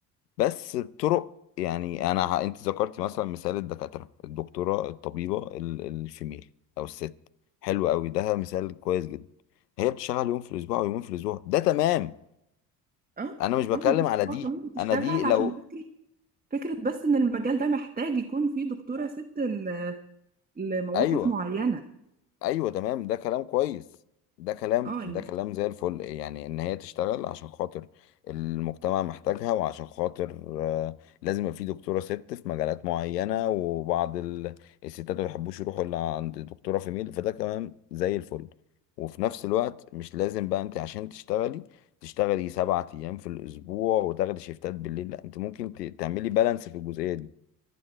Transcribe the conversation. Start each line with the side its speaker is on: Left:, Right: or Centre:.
Left: بس بطرق يعني انا ه- انت ذكرتي مثلا مثال الدكاتره الدكتوره الطبيبه ال- الفيميل او الست حلو قوي ده مثال كويس جدا هي بتشتغل يوم في الاسبوع ويومين في الاسبوع ده تمام
Right: اه
Left: انا مش بتكلم
Right: اه ما بقتش
Left: على دي
Right: هو كمان بتشتغل
Left: انا دي لو
Right: عشان فكرة فكرة بس ان المجال ده محتاج يكون فيه دكتورة ست ل- لمواقف
Left: ايوه
Right: معينة
Left: ايوه تمام ده كلام كويس ده كلام
Right: اه يعني
Left: ده كلام زي الفل يعني ان هي تشتغل عشان خاطر المجتمع محتاجها وعشان خاطر آه، لازم يبقى في دكتوره ست في مجالات معينه وبعض ال- الستات ما بيحبوش يروحوا الا عند دكتوره في ميل فده كلام زي الفل وفي نفس الوقت مش لازم بقى انت عشان تشتغلي تشتغلي سبعة ايام في الاسبوع وتاخدي شيفتات بالليل لا انت ممكن ت- تعملي بالانس في الجزئيه دي